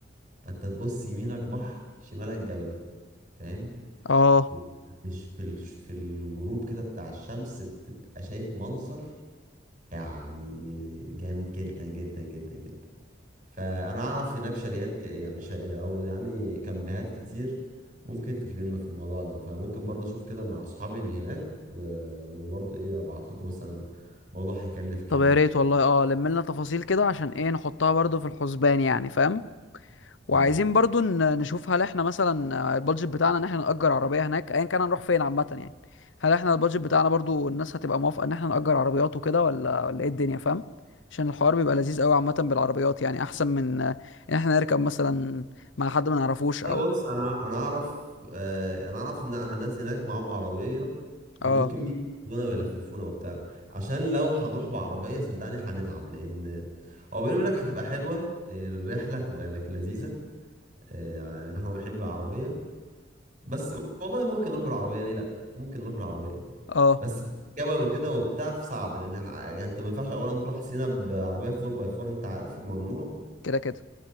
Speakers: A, on the right; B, on the left.
A: فانت تبص يمينك بحر شمالك جبل فاهم
B: اه
A: و- في الش- في الغروب كده بتاع الشمس بتبقى شايف منظر يعني جامد جدا جدا جدا جدا فانا اعرف هناك شاليهات ك- يعني شا... او يعني كامبهات كتير ممكن تخدمنا في الموضوع ده فممكن برضه اشوف كده مع اصحابي اللي هناك و... وبرضه ايه ابعت لكم مثلا الموضوع هيكلف كام
B: طب يا
A: وبتاع
B: ريت والله اه لم لنا تفاصيل كده عشان ايه نحطها برضو في الحسبان يعني فاهم وعايزين
A: تمام
B: برضو ن- نشوف هل احنا مثلا آه، البادجت بتاعنا ان احنا نأجر عربية هناك ايا كان هنروح فين عامة يعني هل احنا البادجت بتاعنا برضو الناس هتبقى موافقة ان احنا نأجر عربيات وكده ولا ولا ايه الدنيا فاهم عشان الحوار بيبقى لذيذ قوي عامة بالعربيات يعني احسن من آه، ان احنا نركب مثلا مع حد ما نعرفوش
A: طيب
B: او
A: بص انا انا اعرف آه، انا اعرف ان الناس هناك معاهم عربيه وممكن
B: اه
A: بيجونا ويلففونا وبتاع عشان لو هنروح بعربيه صدقني هنتعب لان هو بيني وبينك هتبقى حلوه الرحله هتبقى يعني لذيذه آه، ان احنا رايحين بالعربيه بس والله ممكن نروح بالعربيه ليه لا ممكن نروح بالعربيه
B: اه
A: بس جبل وكده وبتاع صعب لان ح- يعني انت ما ينفعش اولا تروح سينا بعربيه 4 باي 4 انت عارف ممنوع
B: كده كده